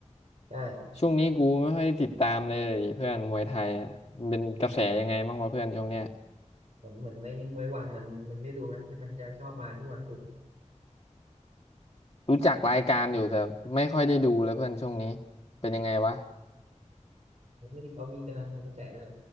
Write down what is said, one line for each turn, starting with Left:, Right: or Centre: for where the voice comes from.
Right: ใช่
Left: ช่วงนี้กูไม่ค่อยติดตามเลยเพื่อนมวยไทยอะมันเป็นกระแสยังไงบ้างวะเพื่อนช่วงเนี้ย
Right: เหมือนเหมือนในมวยวันน่ะมึงได้ดูไหมที่มันจะชอบมาทุกวันศุกร์อะ
Left: รู้จักรายการอยู่แต่ไม่ค่อยได้ดูเลยเพื่อนช่วงนี้เป็นยังไงวะ
Right: ไอ้ที่ที่เขามีกำลังมีกระแสเลย